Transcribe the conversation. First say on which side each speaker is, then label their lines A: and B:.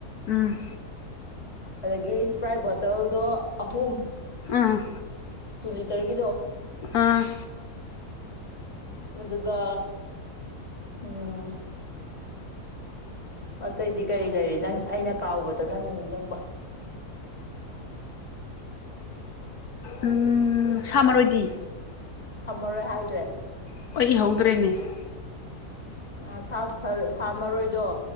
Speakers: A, on the left; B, on the left.
A: ꯎꯝ
B: ꯑꯗꯒꯤ ꯁꯄ꯭ꯔꯥꯏꯠ ꯕꯣꯇꯜꯗꯣ ꯑꯍꯨꯝ
A: ꯎꯝ
B: ꯇꯨ ꯂꯤꯇꯔꯒꯤꯗꯣ
A: ꯑꯥ
B: ꯃꯗꯨꯒ ꯎꯝ ꯑꯇꯩꯗꯤ ꯀꯔꯤ ꯂꯩꯔꯤ ꯅꯪ ꯑꯩꯅ ꯀꯥꯎꯕꯗ ꯅꯪꯅ ꯅꯤꯡꯖꯪꯕ
A: ꯎꯝ ꯎꯝ ꯁꯥ ꯃꯔꯣꯏꯗꯤ
B: ꯍꯝꯃꯔꯣꯏ ꯍꯥꯏꯗ꯭ꯔꯦ
A: <unintelligible>
B: ꯑꯥ ꯁꯥ ꯐ ꯁꯥ ꯃꯔꯣꯏꯗꯣ